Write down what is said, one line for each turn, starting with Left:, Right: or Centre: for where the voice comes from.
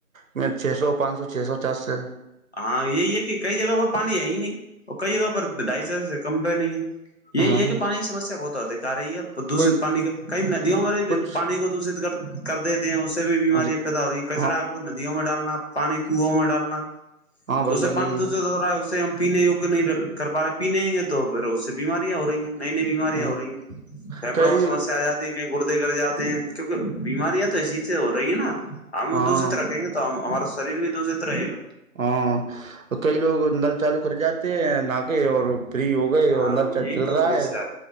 Right: میں چھ سو پانچ سو چھ سو چاس سو
Left: ہاں یہی ہے کہ کئی جگہوں پر پانی ہے ہی نہیں اور کئی جگہ پر ڈھائی سو سے کم پہ نہیں ہے یہ
Right: ہاں
Left: یہ کہ پانی کی سمسیا بہت ادھک آ رہی ہے دوشت
Right: کوئی
Left: پانی کےئی ندیوں میں
Right: کچھ
Left: پانی کو دشت کر کر دیتے ہیں اس سے بھی بیماریاں
Right: ہاں جی
Left: پیدا ہو رہی ہیں کچڑا
Right: ہاں
Left: کو ندیوں میں ڈالنا پانی کنووں میں ڈالنا
Right: ہاں
Left: تو
Right: بھائی
Left: اسے
Right: جان
Left: پانی
Right: یہی
Left: دو سے د رہا ہے اسے ہم پینے یگ نہیں کر پان رہے پینےیں گے تو پھر اس سے بیماریاں ہو رہی ہیں نئی نئی بیماریاں
Right: ہے
Left: ہو رہی ہیں پھیپڑوں
Right: کئی
Left: میں سسیا آ جاتی کہیں گردے گ جاتے ہیں کیونکہ بیماریاں تو اسی سے ہو رہی ہیں نا ہم
Right: ہاں
Left: دوسری طرح کہیں گے تو تو ہمارا شریر بھی د دوشت رہے گا
Right: ہاں کئی لوگ نل چالو کر جاتے نا کے اور پری ہوگ ہو گئی
Left: ہاں
Right: اور نل
Left: یہی
Right: چل
Left: تو
Right: رہا
Left: سمسیا
Right: ہے